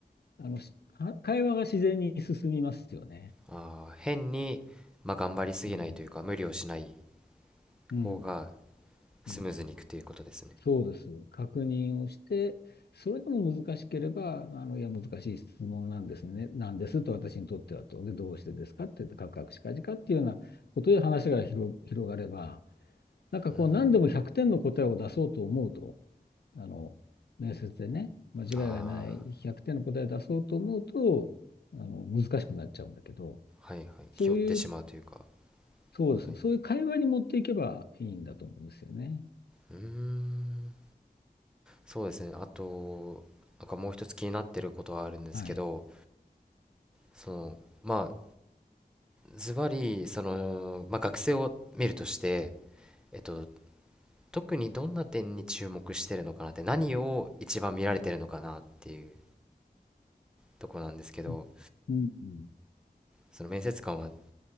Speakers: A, on the left (about 85°); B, in the centre.
A: あの、しは会話が自然に進みますよね。
B: ああ、変に、まあ、頑張りすぎないというか、
A: うん。
B: 無理をしない
A: うん。
B: 方がスムーズにいくということですね。
A: うん。そうです。確認をして、それでも難しければ、あの、いや、難しい質問なんですね。なんですと、私にとってはと。で、どうしてですかって、カクカクしかじかっていうようなことで話が広、広がれば、なんかこう何でも100点の答えを出そうと思うと、
B: うーん、
A: あの、面接でね、間違いがない100点の答えを出そうと思うと、
B: あ
A: あの、難しくなっちゃうんだけど、
B: あ、はいはい。
A: そういう、
B: 気負ってしまうというか、
A: そうです。
B: はい。
A: そういう会話に持っていけばいいんだと思うんですよね。
B: うーん、そうですね。あと、なんかもう一つ気になってることはあるんですけど、
A: はい。
B: その、まあ、ズバリ、その、まあ、学生を見るとして、えっと、特にどんな点に注目してるのかなって、何を一番見られてるのかなっていうところなんですけど、
A: うんうんうん
B: その面接官は、